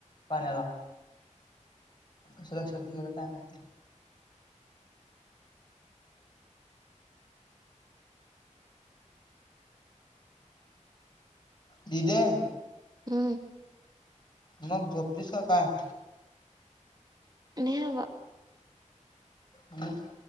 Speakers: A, on the left; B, on the right.
A: पाण्याला कसं लक्षातन गेलं काय माहिती? दीदे
B: अं
A: मग झोपतीस का काय?
B: नाही बाबा
A: हम्